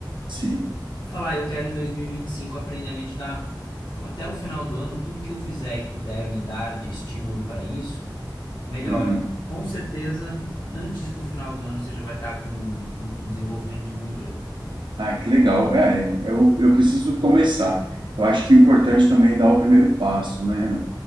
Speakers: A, on the right; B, on the left.
A: Sim.
B: Falar, eu quero em 2025 aprender a meditar. Então, até o final do ano, tudo que eu fizer e puder me dar de estímulo para isso, melhor.
A: Uhum.
B: Com certeza, antes do final do ano, você já vai estar com um, um desenvolvimento muito legal.
A: Ah, que legal. É, eu, eu preciso começar. Eu acho que é importante também dar o primeiro passo, né, Renan?